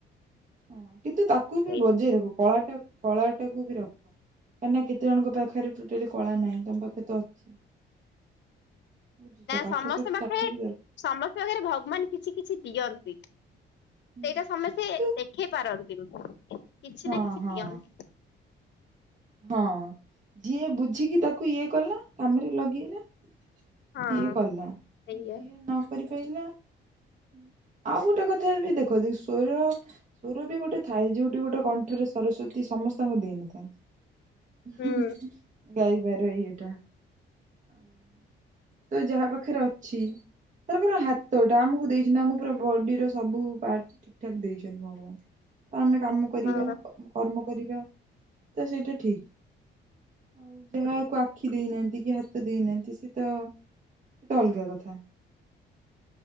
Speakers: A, on the right; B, on the left.
A: ହଁ। କିନ୍ତୁ ତାକୁ ବି
B: ସେଇଥି
A: ବଜେଇ ରଖ କଳାଟା କଳାଟାକୁ ବି ରଖ କାହିଁକି ନା କେତେ କେତେ ଜଣଙ୍କ ପାଖରେ ଟୋଟାଲି କଳା ନାହିଁ ତମ ପାଖରେ ତ ଅଛି। <inaudible>
B: ନା
A: ପାଠ
B: ସମସ୍ତ
A: ସହିତ
B: ପାଖରେ
A: ଷାଠ ବି ଦରକାର।
B: ସମସ୍ତଙ୍କ ପାଖରେ ଭଗବାନ କିଛି କିଛି ଦିଅ ଦେଇ ସେଇଟା
A: ହୁଁ।
B: ସମେସ୍ତେ
A: କିନ୍ତୁ
B: ଦେଖେଇ ପାରନ <unintelligible> କିଛି
A: ହଁ
B: ନା କିଛି
A: ହଁ
B: ଦିଅନ୍ତି।
A: ହଁ ଯିଏ ବୁଝିକି ତାକୁ ଇଏ କଲା କାମରେ ଲଗେଇଲା ସିଏ
B: ହଁ
A: କଲା ଯିଏ
B: ସେଇଆ।
A: ନ କରି ପା କହିଲା <inaudible> ଆଉ ଗୋଟେ କଥା ବି ଦେଖ ସୋର ସୋର ବି ଗୋଟେ ଥାଏ ଯୋଉଠି ଗୋଟେ କଣ୍ଠରେ ସରସ୍ଵତୀ ସମସ୍ତଙ୍କୁ ଦେଇନଥାନ୍ତି। <unintelligible>
B: ହୁଁ।
A: ଗାଇବାର ଇଏଟା <inaudible> ତ ଯାହା ପାଖରେ ଅଛି। ତାର ହାତଟା ଆମକୁ ଦେଇଛନ୍ତି ଆମର ବଡିର ସବୁ ପାର୍ଟ ଠିକ ଠାକ ଦେଇଛନ୍ତି ଭଗବାନ। ତ ଆମେ କାମ କରିବା
B: ହଁ
A: କର୍ମ କରିବା ତ ସେଇଟା ଠିକ୍ ଆଉ ଯାହାକୁ
B: ହୁଁ
A: ଆଖି ଦେଇନାହାନ୍ତି କି ହାତ ହୀତ ଦେଇନାହାନ୍ତି ସେ ତ ସେ ତ ଅଲଗା କଥା।